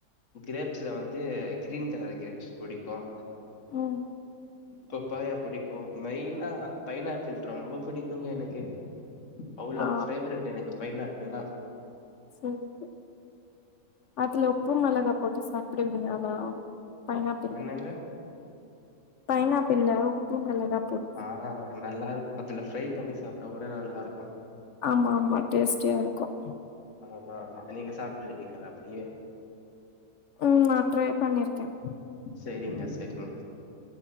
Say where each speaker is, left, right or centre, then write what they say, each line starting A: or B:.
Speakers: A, on the left (about 50°); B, on the left (about 65°).
A: கிரேப்ஸ்ல வந்து கிரீன் கலர் கிரேப்ஸ் படிக்கும்
B: ம்
A: பப்பாயா புடிக்கும் மெயினா பைனாப்பிள் ரொம்ப பிடிக்குங்க எனக்கு அவ்ளோ
B: ஆ
A: பேவரட் எனக்கு பைனா விழா
B: சரி அதுல உப்பும் மிலகா போட்டு சாப்ப அப்படியா ஆமா பைனாப்பில்ல
A: என்னங்க
B: பைனப்பில்ல உப்பு மிளகா
A: ஆஹ் நல்லா இருக்கும் அதுல ஃப்ரை பண்ணி சாப்பிட்டா கூட நல்லா இருக்கும் ஆஹ
B: ஆமா ஆமா டேஸ்டியா இருக்கும்
A: ஆமா ஆமா நீங்க சாப்பிட்டு இருக்கீங்களா அப்படியே
B: உம் ந ட்ரரை பண்ணிருக்கேன்
A: சரிங்க சரிங்க